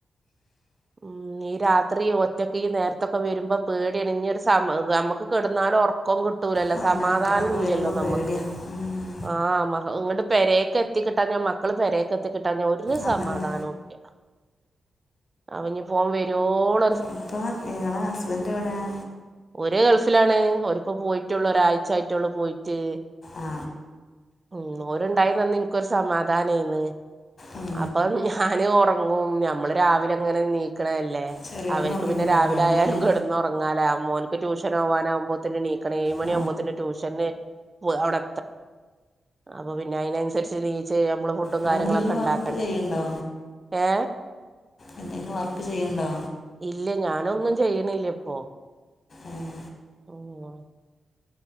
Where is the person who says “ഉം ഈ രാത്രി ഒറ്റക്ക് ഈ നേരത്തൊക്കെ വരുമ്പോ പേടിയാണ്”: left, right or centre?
Right